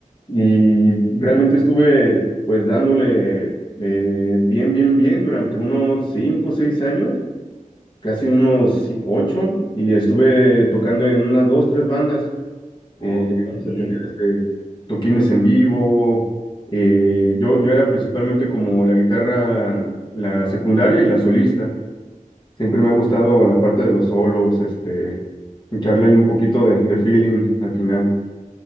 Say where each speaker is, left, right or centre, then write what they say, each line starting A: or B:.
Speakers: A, on the left; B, on the left.
A: y realmente estuve pues dándole eh, bien, bien, bien durante unos 5 o 6 años, casi unos si- 8 y estuve tocando en unas dos, tres bandas.
B: Oh,
A: Eh, llegamos
B: qué bien.
A: a tener este, toquines en vivo. eh, yo, yo era principalmente como la guitarra, la secundaria y la solista. Siempre me ha gustado la parte de los solos, este, echarle ahí un poquito de, de feeling al final.